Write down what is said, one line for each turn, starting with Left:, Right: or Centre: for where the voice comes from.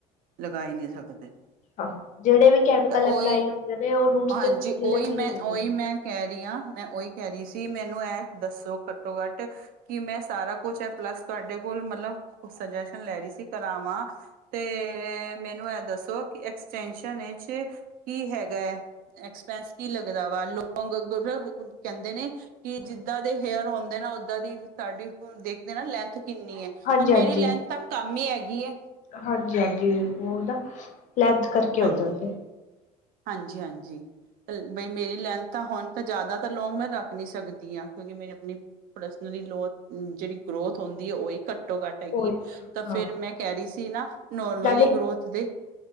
Right: ਲਗੲ ਈ ਨੀ ਸਕਦੇ।
Left: ਹਾਂ ਜਿਹੜੇ ਵੀ ਕੈਮੀਕਲ
Right: ਤਾਂ ਓਈ,
Left: ਅਪਲਾਈ ਹੁੰਦੇ ਨੇ ਉਹ ਰੂਟਸ
Right: ਹਾਂਜੀ
Left: ਤੇ ਥੱਲੇ
Right: ਓਈ
Left: ਥੱਲੇ
Right: ਮੈਂ,
Left: ਹੀ ਹੁੰਦੇ
Right: ਓਈ
Left: ਨੇ
Right: ਮੈੰ ਕਹਿ ਰਹੀ ਆਂ, ਮੈਂ ਓ ਈ ਕਹਿ ਰਹੀ ਸੀ, ਮੈਨੂੰ ਐਹ ਦੱਸੋ ਘੱਟੋ ਘੱਟ ਕਿ ਮੈਂ ਸਾਰਾ ਕੁਛ ਐ ਪਲੱਸ ਤੁਹਾਡੇ ਕੋਲ, ਮਤਲਬ ਕੁ ਸੁਜੈਸ਼ਨ ਲੈ ਰਹੀ ਸੀ, ਕਰਾਵਾਂ ਤੇ, ਮੈਨੂੰ ਐਹ ਦੱਸੋ ਕਿ ਐਕਸਟੈਂਸ਼ਨ ਇਚ, ਕੀ ਹੈਗਾ ਐ? ਐਕਸਪੈਂਸ ਕੀ ਲੱਗਦਾ ਵਾ। ਲੌਂਗ-ਗ-ਗ ਕਹਿੰਦੇ ਨੇ ਕਿ ਜਿੱਦਾਂ ਦੇ ਹੇਅਰ ਹੋਂਦੇ ਨੇ। ਓਦਾਂ ਦੀ ਤਾਡੀ ਦੇਖਦੇ ਨਾ, ਲੈਂਥ ਕਿੰਨੀ ਐ।
Left: ਹਾਂਜੀ
Right: ਹੁਣ ਮੇਰੀ
Left: ਹਾਂਜੀ
Right: ਲੈਂਥ ਤਾਂ ਕਮ ਈ ਹੈਗੀ ਐ।
Left: ਹਾਂਜੀ ਹਾਂਜੀ, ਉਹ ਨਾ ਲੈਂਥ ਕਰਕੇ
Right: ਹਾਂਜੀ
Left: ਹੋ ਜਾਂਦਾ ਐ।
Right: ਹਾਂਜੀ ਹਾਂਜੀ। ਪ-ਲ-ਬਈ ਮੇਰੇ ਲੈਂਥ ਤਾਂ, ਹੁਣ ਤਾਂ, ਜ਼ਿਆਦਾ ਤਾਂ ਲੌਂਗ ਮੈਂ ਰੱਖ ਨੀ ਸਕਦੀ ਆਂ। ਕਿਉਂਕਿ ਮੇਰੀ ਅਪਣੀ ਪਰਸਨਲੀ ਲੋ, ਜਿਹੜੀ ਗਰੋਥ ਹੋਂਦੀ ਆ ਓ ਈ ਘੱਟੋ ਘੱਟ ਹੈਗੀ
Left: ਉਹ
Right: ਐ। ਤਾਂ
Left: ਹਾਂ
Right: ਫੇਰ ਮੈਂ ਕਹਿ ਰਹੀ ਸੀ ਨਾ ਨੋਰਮਲੀ
Left: ਨਾਲੇ
Right: ਗਰੋਥ ਦੇ